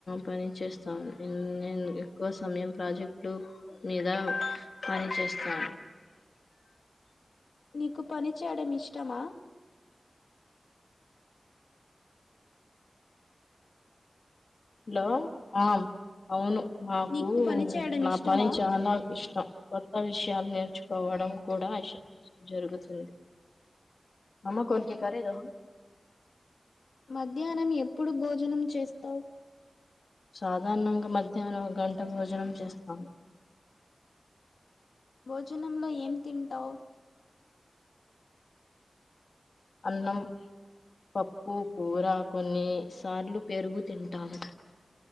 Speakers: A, on the left; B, on the left.
A: పని చేస్తాను. నేన్ నేన్ ఎక్కవ సమ యం ప్రాజెక్టు మీద పని చేస్తాను.
B: నీకు పని చేయడం ఇష్టమా?
A: హలో ఆ అవును నాకూ
B: నీకు పని చేయడం
A: నా
B: ఇష్టమా
A: పని చాలా ఇష్టం. కొత్త విషయాల్ నేర్చుకోవడం కూడా అష్ జరుగుతుంది. అమ్మ కోన్కి కరేదో
B: మధ్యాన్నం ఎప్పుడు భోజనం చేస్తవ్
A: సాధాణంగ మధ్యాహ్నం గంట భోజనం చేస్తాము.
B: భోజనంలో ఏం తింటావ్
A: అన్నం
B: మ్యాగే
A: పప్పు కూర కొన్నీ సార్లు పెరుగు తింటాను.